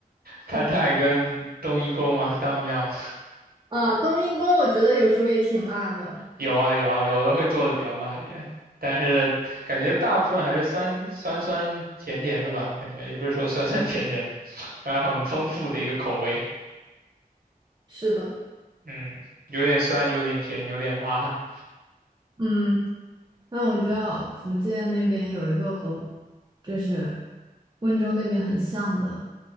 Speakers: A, on the right (about 75°); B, on the right (about 25°).
A: p a t a i <laughs> 跟冬阴功嘛当 o m
B: 啊，冬阴功我觉得有时候也挺辣的。
A: 有啊有啊，有的会做的比较辣一点，但是感觉大部分还是酸酸酸甜甜的吧，感觉也不是说酸酸甜甜，<laughs> 反正很丰富的一个口味，
B: 是的，
A: 嗯，有点酸，有点甜，有点辣。
B: 嗯，那我知道福建那边有一个和就是温州那边很像的